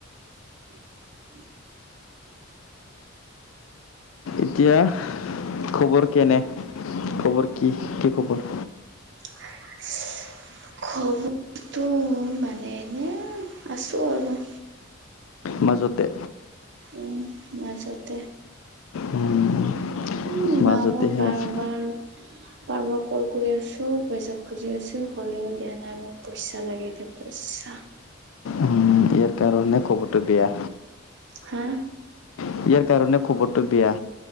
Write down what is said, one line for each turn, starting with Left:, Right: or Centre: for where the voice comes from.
Right: <unintelligible>
Left: এতিয়া খবৰ কেনে খবৰ কি কি খবৰ?
Right: <unintelligible> খবৰটো মানে এনে আছো আৰু।
Left: মাজতে।
Right: উম মাজতে।
Left: উম,
Right: উম
Left: মাজতেহে
Right: মাকৰ বাৰ
Left: আছে
Right: বাৰ। বাৰবাৰ কল কৰি আছোঁ পইচা খুজি আছোঁ হ'লেও দিয়া নাই মোক পইচা লাগে এতিয়া পইচা।
Left: উম ইয়াৰ কাৰণে খবৰটো বেয়া।
Right: হে।
Left: ইয়াৰ কাৰণে খবৰটো বেয়া।